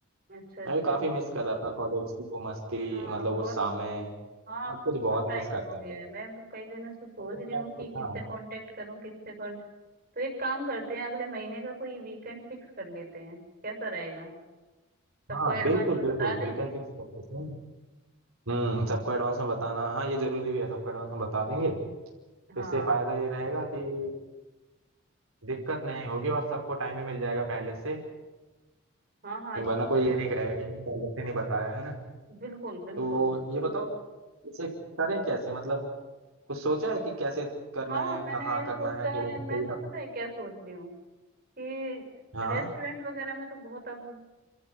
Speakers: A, on the right; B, on the right.
A: अच्छा अच्छा
B: मैं भी काफ़ी मिस कर रहा था कॉलेज की वो मस्ती
A: हाँ
B: मतलब
A: बहुत
B: वो समय
A: हाँ अब
B: सब
A: तो
B: कुछ
A: बहुत
B: बहुत
A: टाइम
B: मिस करता
A: हो गया
B: हूँ यार
A: है मैं भी कई दिनों से सोच
B: चलो इस
A: रही
B: बार
A: हूँ कि
B: कुछ
A: किससे
B: हाँ
A: कांटेक्ट करूँ किससे कौन तो एक काम करते हैं अगले महीने का कोई वीकेंड फिक्स कर लेते हैं कैसा रहेगा सबको
B: हाँ
A: एडवांस
B: बिल्कुल
A: में
B: बिल्कुल
A: बता देंगे
B: वीकेंड फिक्स कर लेते हैं हम्म सबको एडवांस में बताना हाँ ये ज़रूरी भी है सबको एडवांस में बता देंगे तो
A: हाँ
B: इससे फ़ायदा ये रहेगा कि दिक्कत नहीं होगी और सबको टाइम ही मिल जाएगा पहले से
A: हाँ हाँ
B: वरना
A: ये-
B: कोई ये नहीं कहेगा कि नहीं, पहले से नहीं बताया है ना
A: बिल्कुल बिल्कुल
B: तो ये
A: तो
B: बताओ इसे करें कैसे मतलब कुछ सोचा है कि कैसे करना
A: हाँ
B: है
A: मैंने
B: कहाँ
A: सोचा
B: करना है थोड़ा
A: है
B: सा
A: मैं
B: कोई
A: तो पता है क्या सोच रही हूँ कि
B: हाँ
A: रेस्टोरेंट वगैरह में तो बहुत अब